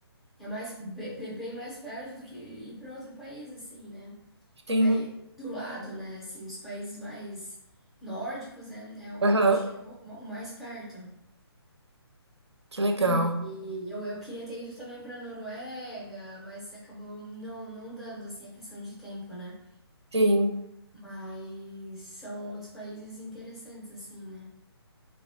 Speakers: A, in the centre; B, on the right.
A: é mais be- be- bem mais perto do que ir para outro país, assim, né?
B: sim.
A: Tá ali do lado, né? Assim, dos países mais nórdicos, né? É o,
B: Aham,
A: acho que é o o mais perto.
B: que legal.
A: E, eu, eu queria ter ido também para Noruega, mas acabou não, não dando, assim, a questão de tempo, né?
B: Sim.
A: Mas são outros países interessantes, assim, né?